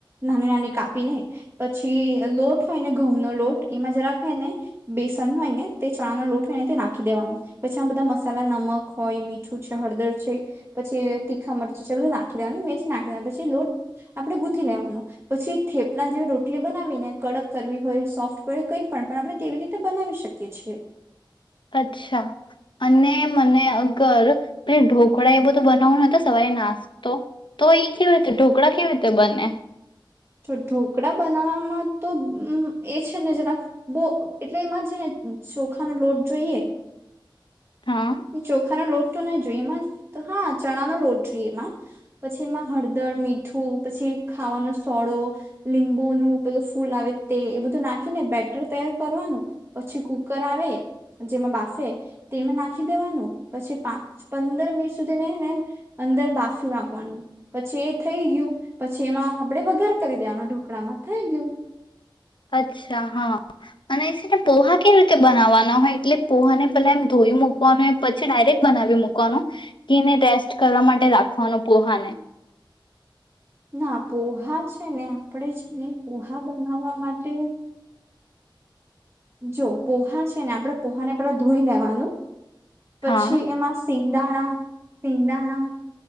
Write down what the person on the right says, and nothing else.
નાની નાની કાપીને પછી લોટ હોય ને ઘઉંનો લોટ એમાં જરાક હે ને બેસન હોય ને તે ચણાનો લોટ હોય ને તે નાખી દેવાનું પછી આમાં બધા મસાલા, નમક હોય મીઠું છે, હળદર છે, પછી તીખા મરચું છે બધું નાખી દેવાનું મેથી નાખી દેવાનું, પછી લોટ આપણેે ગૂંથી લેવાનો પછી થેપલા જેવી રોટલી બનાવી ને કડક કરવી હોય સોફ્ટ હોય કઈ પણ પણ આપણે તેવી રીતે બનાવી શકીએ છીએ.
તો ઢોકળા બનાવવામાં તો એ છે ને જરા બો એટલે એમાં છે ને ચોખાનો લોટ જોઈએ
એ ચોખાનો લોટ ના જોઈએ એમાં તો હા ચણા નો લોટ જોઈએ એમાં, પછી એમાં હળદર, મીઠું, પછી ખાવાનો સોડો, લીંબુ નું પેલું ફૂલ આવે તે એ બધું નાખીને બેટર તૈયાર કરવાનું પછી કુકર આવે જેમાં બાફે તેમાં નાખી નાખી દેવાનું પછી પાંચ પંદર મિનિટ સુધીને એને અંદર બાફી નાખવાનું પછી એ થઈ ગયું પછી એમાં આપણેે વઘાર કરી દેવાનું ઢોકળામાં થઈ ગયું.
ના પોહા છે ને આપણે છે ને પોહા બનાવવા માટે. જો પોહા છે ને આપડણે પોહાને પેલા ધોઈ લેવાનું. પછી
એમાં સિ સિંધાણા સિંધાણા